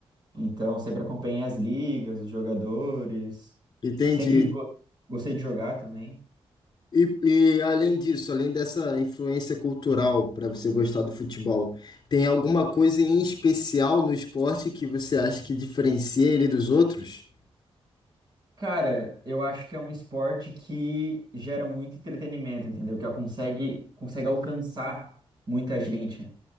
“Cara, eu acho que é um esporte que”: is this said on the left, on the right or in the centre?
Right